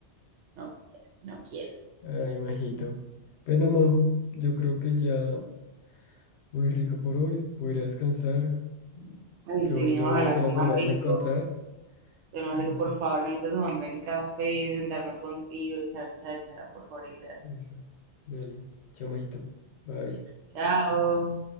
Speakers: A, on the right; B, on the left.
A: no quieren, no quieren.
B: Ay, majito. Bueno, majo, yo creo que ya muy rico por hoy. Voy a ir a descansar.
A: Ay,
B: Qué
A: sí,
B: bonito
A: ojalá
B: que
A: comas
B: nos volvamos
A: rico.
B: a encontrar.
A: Del más
B: Y
A: rico,
B: nada,
A: por favor, necesito tomarme el café, sentarme contigo, echar cháchara, por favor, y gracias.
B: eso. Dale. Chao, majito. Bye.
A: Chao.